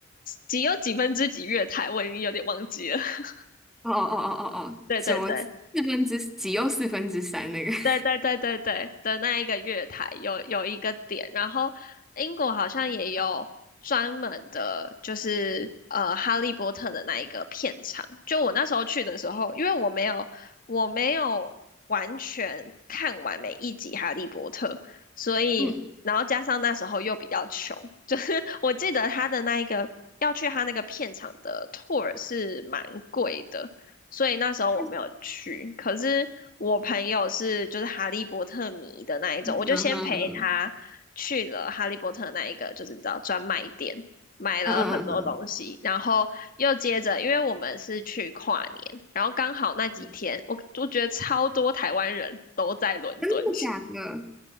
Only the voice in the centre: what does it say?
哦哦哦哦哦，
什么四分之几又四分之三那个？<laughs>
嗯，
它是
嗯哼嗯
嗯嗯嗯，
嗯
真的假的？